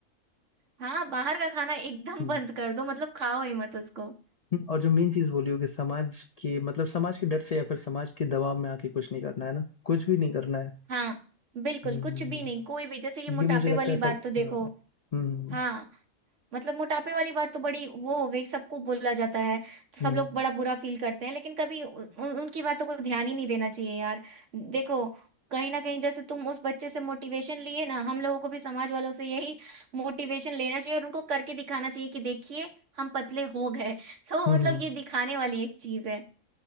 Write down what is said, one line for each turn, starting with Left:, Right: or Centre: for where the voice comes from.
Right: हाँ बाहर का खाना एकदम
Left: हम्म
Right: बंद कर दो मतलब खाओ ही मत उसको
Left: हम्म, और जो मेन चीज बोली हो कि समाज के मतलब समाज के डर से या फिर समाज के दबाव में आके कुछ नहीं करना है ना कुछ भी नहीं करना है
Right: हाँ बिल्कुल
Left: हम्म हम्म,
Right: कुछ
Left: हम्म।
Right: भी नहीं कोई भी जैसे ये मोटापे
Left: ये मुझे लगता
Right: वाली
Left: है
Right: बात
Left: सब
Right: तो देखो
Left: हाँ। हम्म
Right: हाँ मतलब मोटापे वाली बात तो बड़ी वो हो गई सबको बोला जाता है तो
Left: हम्म
Right: सब लोग बड़ा बुरा फील करते हैं लेकिन कभी उन, उन- उनकी बातों को ध्यान ही नहीं देना चाहिए यार देखो कहीं ना कहीं जैसे तुम उस बच्चे से मोटिवेशन लिए ना हम लोगों को भी समाज वालों से यही मोटिवेशन लेना चाहिए और उनको करके दिखाना चाहिए कि देखिए हम पतले हो गए <laughs> तो
Left: हम्म
Right: मतलब
Left: हम्म। हम्म,
Right: ये दिखाने वाली एक चीज है